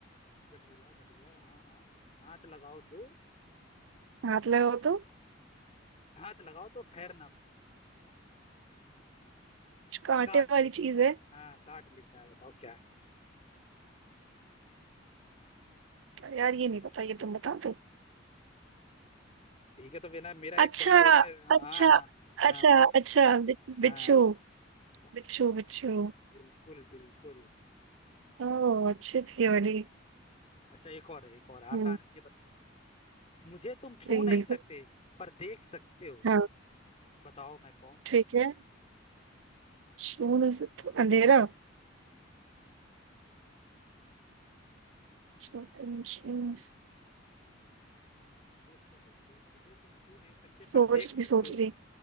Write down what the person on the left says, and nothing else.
गठीला गठीला हाँ हाँ हाथ लगाओ तो
हाथ लगाओ तो ठहर ना
काट
ले
हाँ काट लेता है बताओ क्या है
ठीक है तो फिर ना मेरा एक
पॉइंट हो जाएगा
हाँ हाँ हाँ
बोलो
हाँ
बहुत
सही।
बिल्कुल बिल्कुल
हाँ
अच्छा एक और है एक और आसान
है ये बताओ मुझे तुम छू
नहीं
सकते पर देख सकते हो
बताओ मैं कौन
नहीं
हम्म, सोच लो सोच लो मुझे तुम छू नहीं सकते
पर देख
सकते
हो